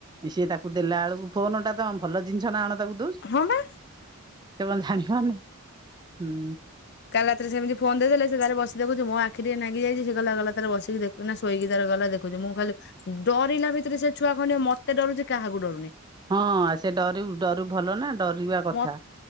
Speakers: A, on the right; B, on the left.
A: ସିଏ ତାକୁ ଦେଲା ବେଳକୁ ଫୋନ ଟା ତ ଭଲ ଜିନିଷ ନା କଣ ତାକୁ ଦୋଉ।
B: ହଁ ପା।
A: ସେ ମଧ୍ଯ ଜାଣିପାରୁନି ହୁଁ।
B: କାଲି ରାତିରେ ସେମିତି ଫୋନ ଦେଇ ଦେଲେ ସେ ତାର ବସି ଦେଖୁଛି। ମୋ ଆଖି ଟିକେ ନାଗି ଯାଇଛି ସେ ଗଲା ଗଲା ତାର ବସିକି ଦେଖୁ। ଶୋଇକି ତାର ଗଲା ଦେଖୁଛି। ମୁଁ ଖାଲି ଡରିଲା ଭିତରେ ସେ ଛୁଆ ଖଣ୍ଡିକ ମତେ ଡରୁଛି କାହାକୁ ଡରୁନି।
A: ହଁ ହଁ ସେ ଡରୁ ଡରୁ ଭଲ ନା ଡରିବା କଥା।
B: ମତେ